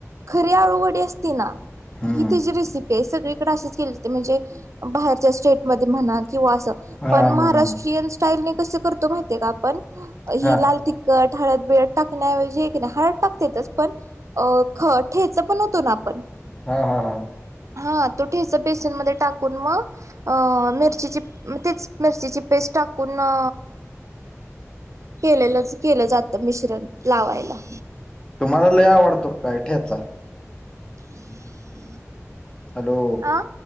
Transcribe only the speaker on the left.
हम्म
हा
हा
हा
हा हा हा.
तुम्हाला लय आवडतो काय ठेचा?
हॅलो.